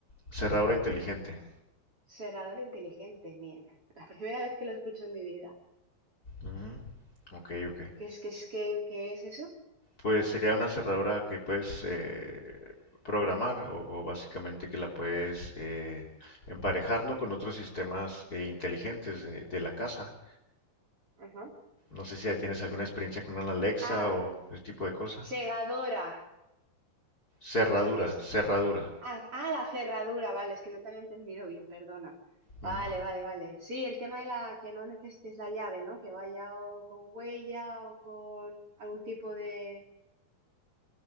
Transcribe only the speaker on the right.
Cerrador inteligente, bien. <laughs> La primera vez que lo escucho en mi vida.
¿Qué es, qué es, qué, qué es eso?
Ajá.
Ah,
segadora.
O sea, que es
Ah, ah, la cerradura, vale, es que no te había entendido bien, perdona. Vale,
vale, vale. Sí, el tema de la que no necesites la llave, ¿no? Que vaya o con huella o con algún tipo de...